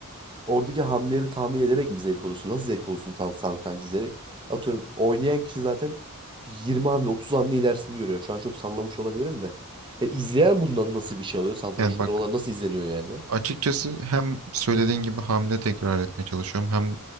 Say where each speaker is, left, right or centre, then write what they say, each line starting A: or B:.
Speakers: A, on the right; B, on the right.
A: Oradaki hamleleri tahmin ederek mi zevk alıyorsun? Nasıl zevk alıyorsun tam satrancı izleyerek? Atıyorum oynayan kişi zaten 20 hamle 30 hamle ilerisini görüyor. Şu an çok sallamış olabilirim de. Ya izleyen bundan nasıl bir şey alıyor? Satranç
B: Yani
A: turnuvaları
B: bak
A: nasıl izleniyor yani?
B: açıkçası hem söylediğin gibi hamle tekrar etmeye çalışıyorum. Hem